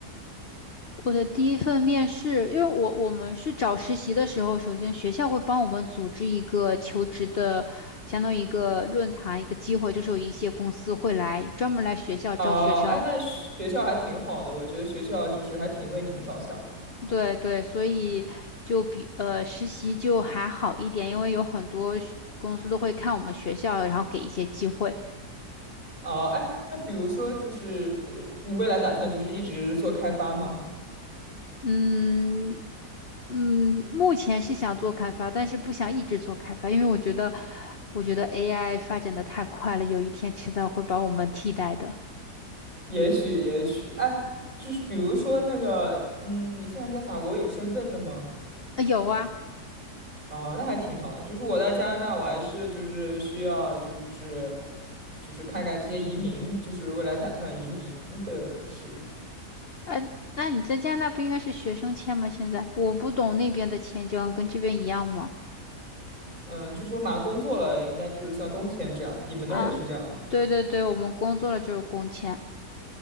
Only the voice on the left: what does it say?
我的第一份面试，因为我我们是找实习的时候，首先学校会帮我们组织一个求职的，相当于一个论坛，一个机会，就是有一些公司会来专门来学校招学生。
对对，所以就比呃实习就还好一点，因为有很多学公司都会看我们学校，然后给一些机会。
嗯，嗯，目前是想做开发，但是不想一直做开发，因为我觉得，我觉得 AI 发展的太快了，有一天迟早会把我们替代的。
呃有啊，
呃，那你在加拿大不应该是学生签吗？现在我不懂那边的签证跟这边一样吗？
啊，对对对，我们工作了就是工签。